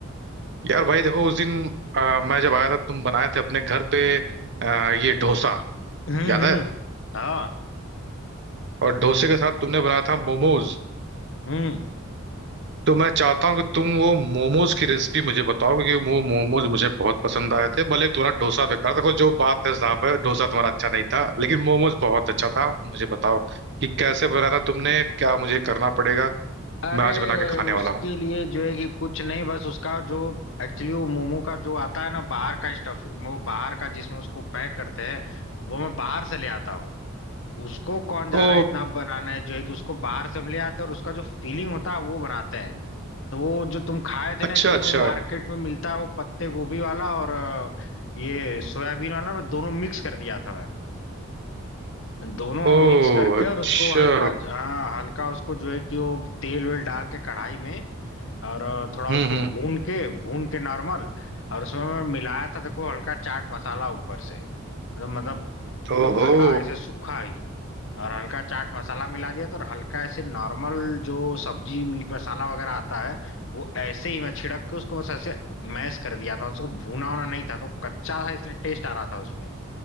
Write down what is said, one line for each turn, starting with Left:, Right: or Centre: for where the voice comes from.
Right: यार भाई देखो उस दिन आ, मैं जब आया था तुम बनाए थे अपने घर पे आ, ये डोसा
Left: हम्म
Right: याद
Left: हम्म
Right: है
Left: हाँ
Right: और डोसे के साथ तुमने बनाया था मोमोज
Left: हम्म
Right: तो मैं चाहता हूँ कि तुम वो मोमोज की रेसिपी मुझे बताओ क्योंकि वो मोमोज मुझे बहुत पसंद आए थे भले तुम्हारा डोसा बेकार था, देखो जो बात है साफ है डोसा तुम्हारा अच्छा नहीं था लेकिन मोमोज बहुत अच्छा था मुझे बताओ कि कैसे बनाया था तुमने क्या मुझे करना पड़ेगा
Left: अरे
Right: मैं आज बना के खाने
Left: उसके
Right: वाला हूँ
Left: लिए जो है कि कुछ नहीं बस उसका जो एक्चुअली वो मोमो का जो आता है ना बाहर का स्टफ वो बाहर का जिसमें उसको पैक करते हैं वो मैं बाहर से ले आता हूँ उसको कौन जा
Right: ओ
Left: रहा है इतना बनाने जो है कि उसको बाहर से हम ले आते हैं और उसका जो फीलिंग होता है वो बनाते हैं तो वो जो तुम खाए थे
Right: अच्छा
Left: ना एक्चुअली
Right: अच्छा
Left: वो मार्केट में मिलता है वो पत्ते गोभी वाला और अ, ये सोयाबीन वाला मैं दोनों मिक्स कर दिया था मैं दोनों
Right: ओ
Left: हम मिक्स करके
Right: अच्छा
Left: और उसको हल्का हाँ हल्का उसको जो है कि वो तेल वेल डाल के कढ़ाई में और थोड़ा
Right: हम्म
Left: उसको
Right: हम्म
Left: भून के भून के नॉर्मल और उसमें मैं मिलाया था देखो हल्का चाट मसाला ऊपर से तो मतलब
Right: ओहो
Left: खड़ा ऐसे सूखा ही और हल्का चाट मसाला मिला दिया था और हल्का ऐसे नॉर्मल जो सब्जी मीट मसाला वगैरह आता है वो ऐसे ही मैं छिड़क के उसको बस ऐसे मैश कर दिया था उसको भूना होना नहीं था तो कच्चा था इसलिए टेस्ट आ रहा था उसमें